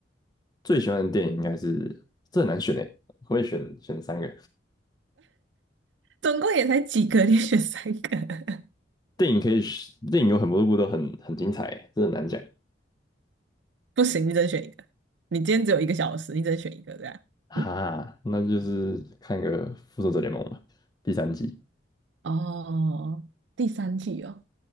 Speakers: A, on the left (about 20°); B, on the right (about 75°).
A: 最喜欢的电影应该是这很难选诶，可不可以选选三个？
B: 总共也才几个，<laughs> 你选三个，
A: 电影可以选，电影有很多部都很很精彩欸，这很难讲
B: <laughs> 不行，你只能选一个。你今天只有一个小时，你只能选一个，这样。
A: 哈。
B: 嗯，
A: 那就是看个《复仇者联盟》吧，第三季，
B: 哦，第三季哦，